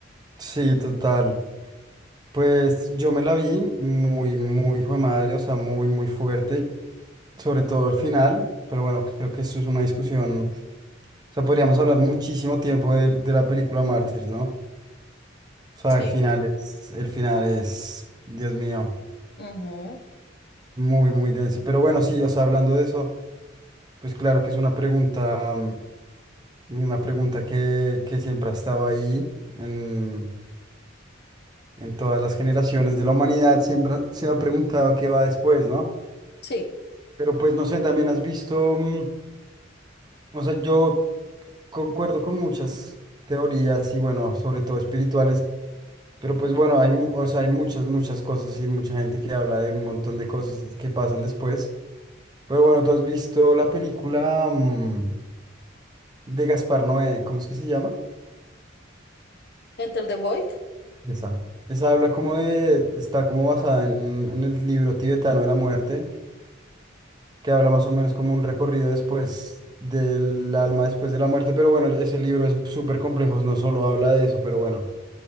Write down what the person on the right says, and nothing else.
Sí, total. Pues yo me la vi muy, muy hijo de madre, o sea, muy, muy fuerte, sobre todo el final, pero bueno, creo que eso es una discusión, o sea, podríamos hablar muchísimo tiempo de, de la película Mártir, ¿no? O sea,
el final es, el final es, Dios mío,
muy, muy denso. Pero bueno, sí, o sea, hablando de eso, pues claro que es una pregunta, mm, una pregunta que, que siempre ha estado ahí en, en todas las generaciones de la humanidad, siempre se ha preguntado qué va después, ¿no?
Pero pues no sé, también has visto, mm, o sea, yo concuerdo con muchas teorías y bueno, sobre todo espirituales, pero pues bueno, hay, mu- o sea, hay muchas, muchas cosas y mucha gente que habla de un montón de cosas que pasan después. Pero bueno, ¿tú has visto la película mm, de Gaspar Noé? ¿Cómo es que se llama?
Esa. Esa habla como de, está como basada en, en el libro tibetano de la muerte que habla más o menos como un recorrido después del alma, después de la muerte. Pero bueno, ese libro es súper complejo, no solo habla de eso, pero bueno,